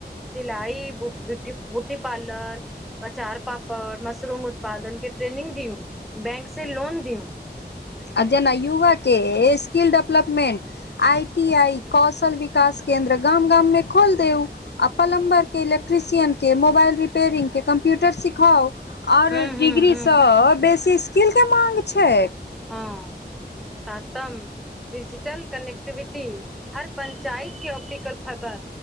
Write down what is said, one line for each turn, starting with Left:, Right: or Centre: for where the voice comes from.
Centre: सिलाई, बु ब्यूटी बुटी पार्लर अचार, पापड़, मशरूम उत्पादन के ट्रेनिंग दियौ, बैंक से लोन दियौ।
Left: आ जेना युवा के skill development I T I, कौशल विकास केन्द्र गाम-गाम मे खोल देउ। आ पलम्बर के, इलेक्ट्रिशियन के, मोबाएल रिपेयरिंग के कम्प्यूटर सिखाउ। और
Centre: हूँ
Left: डिग्री
Centre: हूँ हूँ
Left: सँ बेसी स्किल के माँग छै।
Centre: हूँ। सातम डिजिटल कनेक्टिविटी हर पंचायत के ऑप्टिकल फ फ